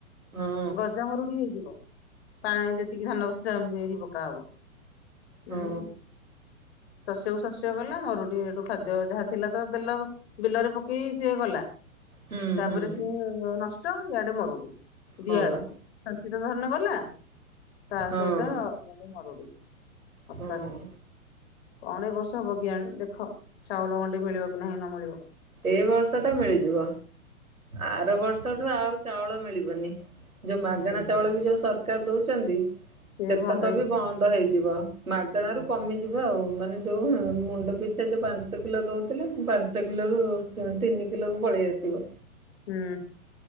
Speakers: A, on the right (about 85°); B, on the left (about 50°).
A: ହଁ
B: ଗଜା ମରୁଡି ହେଇଯିବ। ପାଣି ଯେତିକି ଧାନ ପଛ <unintelligible> ପକା ହବ। ହୁଁ
A: ହଁ।
B: ଶସ୍ୟକୁ ଶସ୍ୟ ଗଲା, ମରୁଡି ହେଇଠୁ ଖାଦ୍ୟ ଯାହା ଥିଲା ତ ଦେଲ ବିଲରେ ପକେଇ ସିଏ ଗଲା
A: ହୁଁ
B: ତାପରେ
A: ହୁଁ
B: ସିଏ ନଷ୍ଟ, ଇଆଡେ ମରୁଡି। ଦି
A: ହଁ
B: ଆଡୁ
A: ବା
B: <unintelligible> ଧାନ ଗଲା, ତା
A: ହଁ
B: ସହିତ ମାନେ ମରୁଡି। <unintelligible>
A: ହଁ।
B: କଣ ଏ ବର୍ଷ ହବ କେଜାଣି ଦେଖ, ଚାଉଳ ମଣ୍ଡି ମିଳିବ କି ନାହିଁ ନ ମିଳିବ।
A: ଏ ବର୍ଷଟା ମିଳିଯିବ, ଆର ବର୍ଷଠୁ ଆଉ ଚାଉଳ ମିଳିବନି। ଯୋଉ ମାଗଣା
B: ହୁଁ
A: ଚାଉଳ ବି ଯୋଉ ସରକାର ଦଉଚନ୍ତି
B: ସେ
A: ସେତକ
B: ବନ୍ଦ ହେଇଯିବ।
A: ବି ବନ୍ଦ ହେଇଯିବ। ମାଗଣାରୁ
B: ହୁଁ
A: କମିଯିବ ବ ଆଉ ମାନେ ଯୋଉ ମୁଁ-ମୁଣ୍ଡ ପିଛା ଯୋଉ ପାଞ୍ଚ କିଲୋ ଦଉଥିଲେ ମୁ ପାଞ୍ଚ କିଲୋର ତିନି କିଲୋକୁ ପଳେଇ ଆସିବ।
B: ହୁଁ